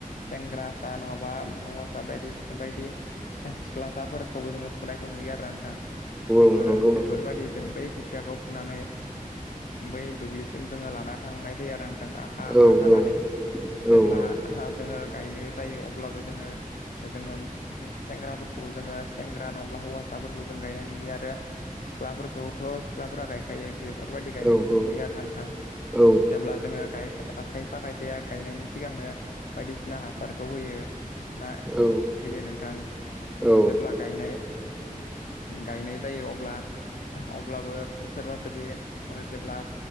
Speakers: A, on the left; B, in the centre.
A: सेंग्रासा नङाबा हौवासा बायदि बायदि सिख्लासाफोरखौबो जोङो फरायनायखौ नुयो आरो ना नोंथां बेफोर
B: औ नंगौ
A: बेफोरबायदि
B: नोंथां
A: जों बै खोथियाखौ फुनानै बै दुब्लिसिम जोङो लाना थांनाय जायो आरो आखा
B: औ
A: आखा
B: औ
A: खानानै
B: औ
A: जेब्ला जोङो गायनो जायो अब्लाबो जोंङो जोंङो सेंग्राफोरखौबो जोंङो सेंग्रा नङाब्ला हौवा ख्लाफोरखौ जों गायनाय नुयो आरो सिख्ला खौथ' सिख्लाफोरा गायखायो बेफोरबायदि गायनायखौ
B: औ
A: जों
B: औ
A: नुयो आरो ना नोंथां
B: औ
A: जेब्ला जोङो गाय ओ खायफा खायफाया गायनायनि सिगांनो बायदिसिना हासारखौ होयो ना
B: औ
A: होयो नोंथां
B: औ
A: जेब्ला गायनाय गायनाय जायो अब्ला अब्लाबो सोरबा सोरबिे जेब्ला